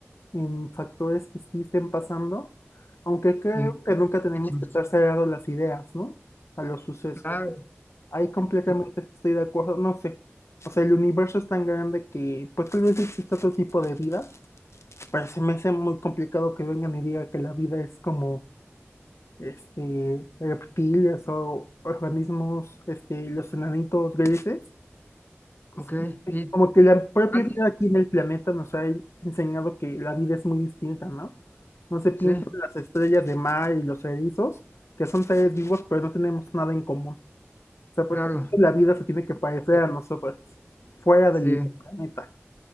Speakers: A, on the left; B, on the left.
A: en factores que sí estén pasando, aunque creo
B: En,
A: que nunca tenemos
B: hechos,
A: que estar cerrados las ideas, ¿no? A los sucesos.
B: Claro,
A: Ahí completamente
B: sí,
A: estoy de acuerdo, no sé, o sea, el universo es tan grande que pues tal vez exista otro tipo de vida, pero se me hace muy complicado que vengan y digan que la vida es como este, reptiles o organismos, este, los enanitos grises, pues
B: ok.
A: eh,
B: Y
A: como que la propia
B: alguien,
A: vida aquí en el planeta nos ha enseñado que la vida es muy distinta, ¿no? No se piensa
B: sí,
A: en las estrellas de mar y los erizos, que son seres vivos, pero no tenemos nada en común. O sea, por
B: claro,
A: ejemplo, la vida se tiene que parecer
B: y-
A: a nosotros, fuera
B: sí.
A: del planeta.